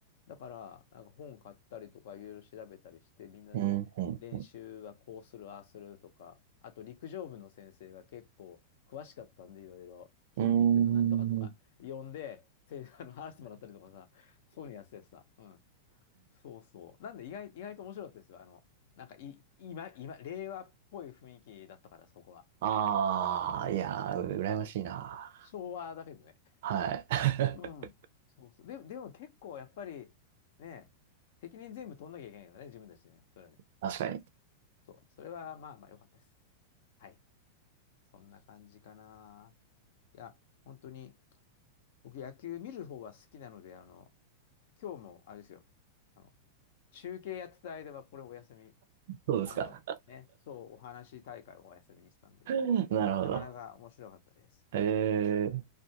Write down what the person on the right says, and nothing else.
うん、う
ん。うーん。
ああ、
いやー、
羨ましいな。
はい。
<laughs>
確かに。
そうですか。
<laughs> なるほど。
ええ